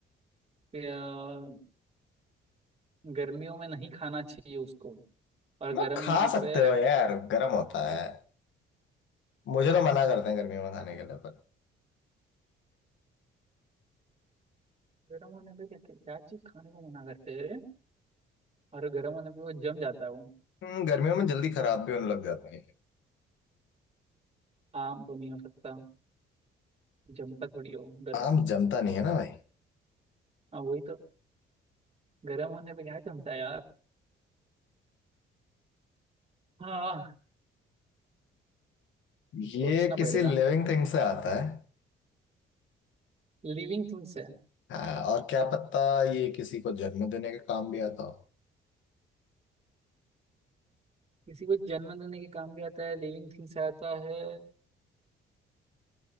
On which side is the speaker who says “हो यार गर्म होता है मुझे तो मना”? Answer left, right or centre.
Left